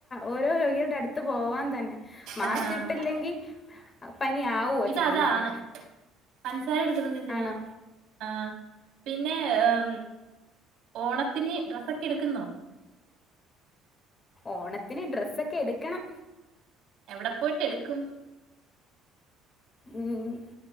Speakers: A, on the left; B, on the right.
A: ഓരോ ത് രോഗികൾടെ അടുത്ത് പോവാൻ തൻ മാസ്ക്
B: ആഹ്
A: ഇട്ടില്ലെങ്കി പനി ആഉആ
B: ഇതതാണ്
A: ചെയ്യുന്നത്.
B: പൻസാര എടുത്തിടുന്നെ എന്തിനാ
A: ആണോ
B: ആഹ് പിന്നെ എം ഓണത്തിന് ഡ്രസ്സൊക്കെ എടുക്കുന്നോ?
A: ഓണത്തിന് ഡ്രെസ്സൊക്കെ എടുക്കണം
B: എവിടെ പോയിട്ട് എടുക്കും?
A: ഉം